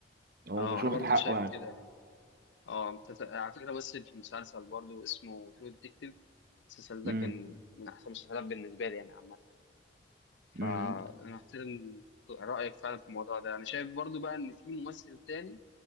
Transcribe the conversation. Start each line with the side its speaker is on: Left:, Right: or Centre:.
Right: هو
Left: اه
Right: مش
Left: انا
Right: واخد
Left: برضو
Right: حقه
Left: شايف
Right: يعني
Left: كده يعني اه تت- على فكره مثل في مسلسل برضو اسمه ترو ديتكتيف المسلسل ده
Right: امم
Left: كان من احسن المسلسلات بالنسبه لي يعني عامة. فانا
Right: امم
Left: احترم رايك فعلا في الموضوع ده انا شايف برضو بقى ان في ممثل تاني